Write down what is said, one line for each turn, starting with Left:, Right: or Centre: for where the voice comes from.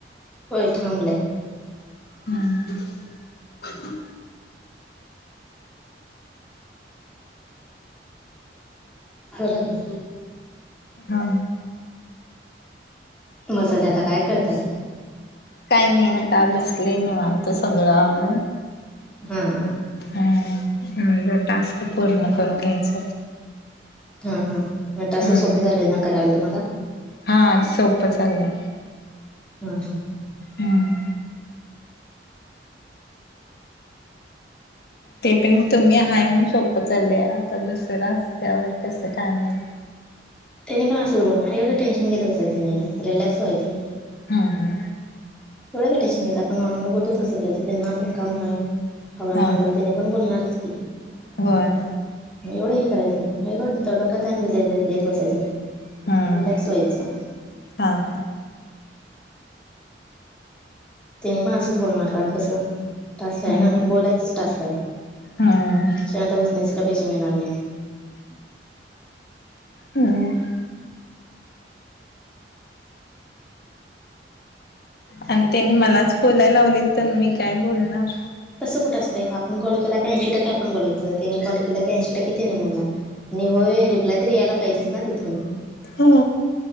Centre: होय थांबलाय.
Left: हूं हूं
Centre: खरंच ये
Left: हा
Centre: मचडे आता काय करताय
Left: काय नाय आता बसले निवांत आत्ता सगळं आवरून.
Centre: हा
Left: हूं म्हणलं टास्क पूर्ण करून घ्यायच.
Centre: हं हं म टासं
Left: हम्म
Centre: सोपं झाले ना करायला तुम्हाला
Left: हा सोप चाललंय.
Centre: हां हां
Left: हम्म ते पण तुम्ही हाय म्हणून सोपं चाललय आता दुसरं असल्यावर कसं काय माहित
Centre: त्यानी पण असत बोलणार एवढं टेन्शन घेत बसायचं नाही रिलॅक्स व्हायचं.
Left: हूं हूं
Centre: तेवढं नाय टेन्शन घ्यायचं आपण नॉर्मल बोलतों तस त्यांना पण काम हवा
Left: हा
Centre: मांडल्यावर त्यांनी मंग बोलणारच की
Left: होय.
Centre: एवढं हे करायचं नाय लय डोक्याला ताण <unintelligible> देत बसायंचं नाय
Left: हम्म
Centre: रिलॅक्स व्हायचं.
Left: हा ह
Centre: तेन पण असंच बोलणार कारण कसं टास्क हाय
Left: हम्म
Centre: ना बोलायचच टास्क आहे
Left: हम्म
Centre: शांत बसण्याच काय पैसे मिणार नाही.
Left: हम्म आणि त्यांनी मलाच बोलायला लावली तर मी काय बोलणार
Centre: तसं कुठं असतंय आपण कॉल केला की ऐंशी टक्के आपण बोलायचं त्यानी कॉल केला की ऐंशी टक्के तिनी बोलणार आणि होय रिप्लाय तर यायला पाहिजेच ना तिथून
Left: हूं <unintelligible>